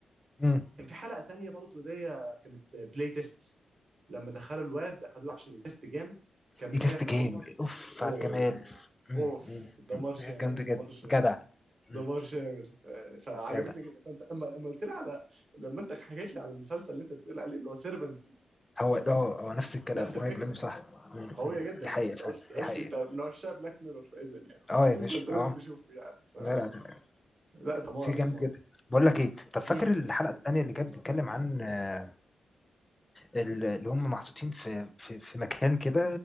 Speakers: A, on the left (about 20°); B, on the right (about 55°).
A: مم.
B: كان في حلقه تانية برضو دي كانت بلاي تيست لما دخلوا الواد اخدوه عشان يتست جيم كان مسافر
A: دي تيست جيم
B: هو
A: اوف
B: اوه
A: على الجمال مم.
B: اوف
A: مم.
B: دمار
A: مم.
B: شامل
A: دي كانت
B: دمار
A: جامدة جدا
B: شامل
A: جدع
B: دمار
A: مم.
B: شامل آه، فعجبتني
A: جدع
B: جدا فانت اما اما قلت لي على لما انت حكيت لي على المسلسل اللي انت بتقول عليه اللي هو سيرفنس ده
A: هو آه، آه، نفس الكلام
B: نفس
A: قريب
B: الفكره
A: منه صح إمم،
B: قويه
A: إمم،
B: جدا
A: دي
B: يعني
A: حقيقة فعلًا،
B: لو قلت قلت
A: دي حقيقة.
B: انت من عشاق بلاك ميرور فاذا يعني لو ما
A: آه
B: شفتوش
A: يا باشا،
B: ده انت لازم
A: آه.
B: تشوفه يعني ف
A: لا، لا، لأ،
B: لا دمار
A: في جامد
B: دمار
A: جدًا. باقول لك إيه، طَب فاكر
B: مم.
A: الحلقة التانية اللي كانت بتتكلم عن آه، ال اللي هم محطوطين في في في مكان كده